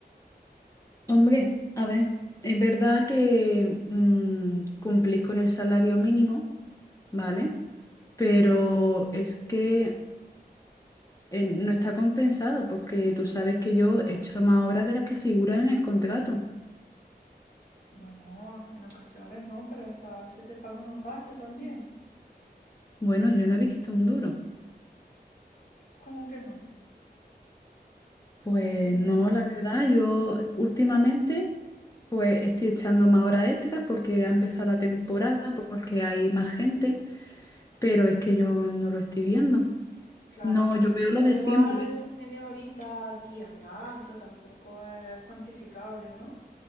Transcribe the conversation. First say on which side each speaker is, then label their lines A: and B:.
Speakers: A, on the left; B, on the left.
A: Hombre, a ver, es verdad que mm, cumplís con el salario mínimo, ¿vale? Pero es que eh, no está compensado porque tú sabes que yo he hecho más horas de las que figuran en el contrato.
B: Bueno, en ocasiones no, pero hasta ahora se te pagan aparte también.
A: Bueno, yo no he visto un duro.
B: ¿Cómo que no?
A: Pues
B: En
A: no,
B: el...
A: la verdad, yo últimamente pues estoy echando más horas extras porque ha empezado la temporada, porque hay más gente, pero es que yo no lo estoy viendo.
B: Claro,
A: No,
B: bueno,
A: yo veo
B: eso
A: lo de
B: es igual
A: siempre.
B: media horita aquí y allá, eso tampoco es cuantificable, ¿no?